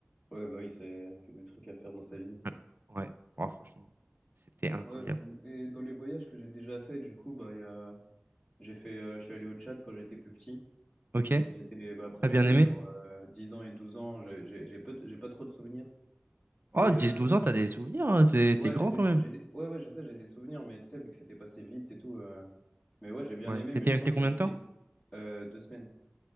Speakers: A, on the left; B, on the right.
A: Ouais, bah oui, c'est c'est des trucs à faire dans sa vie. hein.
B: <laughs> Ouais, Oh, franchement, c'était incroyable.
A: Ouais, euh, et dans les voyages que j'ai déjà fait, du coup, bah, il y a... j'ai fait, euh, je suis allé au Tchad quand j'étais plus petit.
B: Ok,
A: J'étais, bah, après,
B: t'as
A: j'avais
B: bien aimé?
A: genre euh, 10 ans et 12 ans. J'ai j'ai- j'ai peu, j'ai pas trop de souvenirs.
B: Oh,
A: Et
B: dix
A: euh,
B: douze ans, t'as des souvenirs, hein, T'es
A: ouais,
B: t'es grand
A: j'ai des-
B: quand même.
A: j'ai des- ouais, ouais, je sais, j'ai des souvenirs, mais tu sais, vu que c'était passé vite et tout, euh, Mais ouais, j'ai bien
B: Ouais.
A: aimé,
B: T'étais
A: mais je
B: resté
A: pense
B: combien
A: euh, Ok.
B: de
A: si
B: temps?
A: euh, deux semaines.